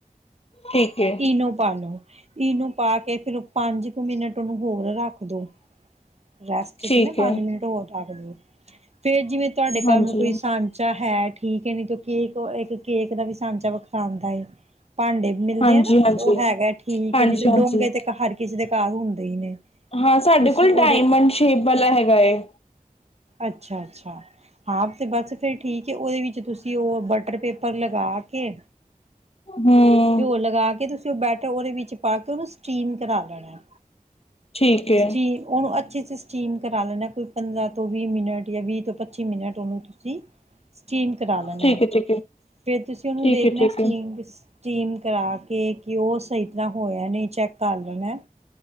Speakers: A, on the left; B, on the right.
A: ਠੀਕ। ਹੈ,
B: ਈਨੋ ਪਾਲੋ। ਈਨੋ ਨੂੰ ਪਾ ਕੇ ਫੇਰ ਪੰਜ ਕੁ ਮਿੰਟ ਉਹਨੂੰ ਹੋਰ ਰੱਖ ਦੋ। ਰੈਸਟ
A: ਠੀਕ
B: ਤੇ ਨੇ ਪੰਜ
A: ਹੈ,
B: ਮਿੰਟ ਹੋ ਦਗਦੇ। ਫੇਰ ਜਿਵੇਂ ਤੁਹਾਡੇ
A: ਹਾਂਜੀ।
B: ਘਰ ਕੋਈ ਸਾਂਚਾ ਹੈ ਠੀਕ ਹੈ ਨੀ ਕਿਉਂਕਿ ਕੇਕ ਦਾ ਵੀ ਸਾਂਝਾ ਵਿਖਰਾਉਂਦਾ ਏ। ਭਾਂਡੇ ਮਿਲਦੇ
A: ਹਾਂਜੀ
B: ਆ ਨਾ,
A: ਹਾਂਜੀ
B: ਉਹ ਹੈਗਾ ਠੀਕ
A: ਹਾਂਜੀ
B: ਹੈ ਨਹੀਂ ਤੇ
A: ਹਾਂਜੀ
B: ਡੂੰਮ ਗਏ ਤੇ ਹਰ ਕਿਸੇ ਦੇ ਘਰ ਹੁੰਦੇ ਹੀ ਨੇ।
A: ਹਾਂ ਸਾਡੇ
B: ਤੁਸੀਂ
A: ਕੋਲ,
B: ਉਹਦੇ
A: ਡਾਇਮੰਡ ਸ਼ੇਪ ਵਾਲਾ ਹੈਗਾ ਏ।
B: ਅੱਛਾ ਅੱਛਾ। ਹਾਂ ਤੇ ਬਸ ਫਿਰ ਠੀਕ ਹੈ। ਉਹਦੇ ਵਿੱਚ ਤੁਸੀਂ ਉਹ ਬਟਰ ਪੇਪਰ ਲਗਾ ਕੇ
A: ਹੂੰ।
B: ਘਿਓ ਲਗਾ ਕੇ ਤੁਸੀਂ ਉਹ ਬੈਟਰ ਉਹਦੇ ਵਿੱਚ ਪਾ ਕੇ ਓਨੂੰ ਸਟੀਮ ਕਰਾ ਲੈਣਾ।
A: ਠੀਕ ਹੈ।
B: ਸਟੀਮ ਉਹਨੂੰ ਅੱਛੇ ' ਸਟੀਮ ਕਰਾ ਲੈਣਾ ਕੋਈ ਪੰਦਰਾਂ ਤੋਂ, ਵੀਹ ਮਿੰਟ ਜਾਂ ਵੀਹ ਤੋਂ ਪੱਚੀ ਮਿੰਟ ਉਹਨੂੰ ਤੁਸੀਂ। ਸਟੀਮ ਕਰਾ ਲੈਣਾ
A: ਠੀਕ
B: ਹੈ।
A: ਏ ਠੀਕ ਏ
B: ਫਿਰ ਤੁਸੀਂ ਉਹਨੂੰ
A: ਠੀਕ
B: ਦੇਖਣਾ
A: ਏ ਠੀਕ
B: ਸਟੀਮ-
A: ਏ
B: ਸਟੀਮ ਕਰਾ ਕੇ। ਕਿ ਉਹ ਸਹੀ ਤਰ੍ਹਾਂ ਹੋਇਆ ਨਹੀਂ ਚੈੱਕ ਕਰ ਲੈਣਾ,